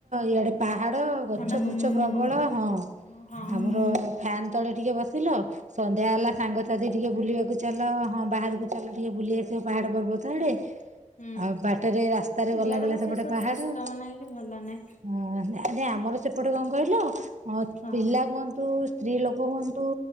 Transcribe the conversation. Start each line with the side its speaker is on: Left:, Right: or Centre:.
Right: ଇଆଡେ ପାହାଡ <unintelligible>
Left: ଥଣ୍ଡା ପବନ ପବନ ହଁ ହଁ ହଁ।
Right: ଳେ ଟିକେ ବସିଲ ସନ୍ଧ୍ୟା ହେଲା ସାଙ୍ଗ ତାଦି ଟିକେ ବୁଲିବାକୁ ଚାଲ ହଁ ବାହାରକୁ ଚାଲ ଟିକି ବୁଲି ଆସିବ ପାହାଡ଼ ପର୍ବତ ଆଡ଼େ।
Left: ହୁଁ
Right: ଆଉ ବାଟରେ ରାସ୍ତାରେ ଗଲା
Left: ଇଆଡେ
Right: ବେଳେ
Left: ବା
Right: ସେପଟେ
Left: ସେ ସବୁ
Right: ପାହାଡ
Left: ସିଷ୍ଟମ ନାହିଁ କି ଭଲ ନାହିଁ
Right: ହ ଆରେ ଆମର ସେପଟେ କଣ କହିଲ ଅତ
Left: ହଁ
Right: ପିଲା କୁ ତୁ ସ୍ତ୍ରୀ ଲୋକ ହୁଅନ୍ତୁ